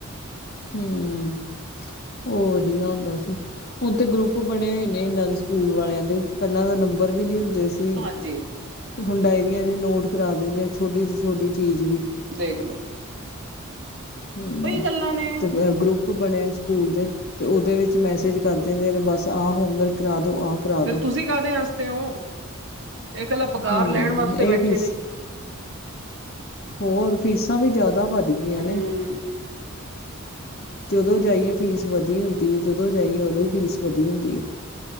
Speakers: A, on the left; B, on the right.
A: ਹਮ ਉਹ ਵਧੀਆ ਹੁੰਦਾ ਸੀ ਹੁਣ ਤੇ ਗਰੁੱਪ ਬਣੇ ਹੋਏ ਨੇ ਇਹਨਾਂ ਦੇ ਸਕੂਲ ਵਾਲਿਆਂ ਦੇ ਪਹਿਲਾਂ ਦਾ ਨੰਬਰ ਵੀ ਨੀ ਹੁੰਦੇ ਸੀ। ਸੀ
B: ਹਾਂਜੀ
A: ਤੇ ਹੁਣ ਡਾਇਰੀਆਂ ਚ ਨੋਟ ਕਰਾ ਦਿੰਦੇ ਛੋਟੀ ਤੋਂ ਛੋਟੀ ਚੀਜ ਵੀ
B: ਦੇਖ ਲੋ
A: ਹਮ
B: ਗੱਲਾਂ ਨੇ
A: ਤੇ <unintelligible> ਗਰੁੱਪ ਪ ਬਣੇ ਸਕੂਲ ਦੇ ਤੇ ਉਹਦੇ ਚ ਮੈਸੇਜ ਕਰਦੇ ਦਿੰਦੇ ਨੇ ਬਸ ਆਹ ਹੋਮਵਰਕ ਕਰਾ ਦੋ ਆਹ ਕਰਾ
B: ਫਿਰ
A: ਦੋ
B: ਤੁਸੀਂ ਕਾਦੇ ਆਂਸਤੇ ਹੋ ਇਹ ਇਕੱਲਾ ਪਗਾਰ
A: ਹੂੰ
B: ਲੈਣ ਵਾਸਤੇ
A: ਇਹ
B: ਬੈਠੇ
A: ਫੀਸ
B: ਨੇ
A: ਹੋਰ ਫੀਸਾਂ ਵੀ ਜ਼ਿਆਦਾ ਵੱਧ ਗਈਆਂ
B: ਹਮ
A: ਨੇ ਜਦੋਂ ਜਾਈਏ ਫੀਸ ਵਧੀ ਹੁੰਦੀ ਹੈ ਜਦੋਂ ਜਾਈਏ ਉਦੋਂ ਵੀ ਫੀਸ ਵਧੀ ਹੁੰਦੀ ਹੈ